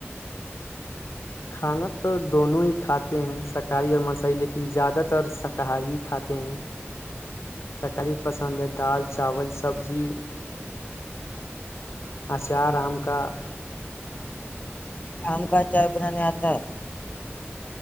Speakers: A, on the left; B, on the left.
A: کھانا تو دونوں ہی کھاتے ہیں شاکاہاری اور مسی لیکن زیادہ تر شاکاہاری کھاتے ہیں شاکاہاری پسند ہے دال چاول سبزی اچھارام کا
B: آم کا چائے بنانے آتا ہے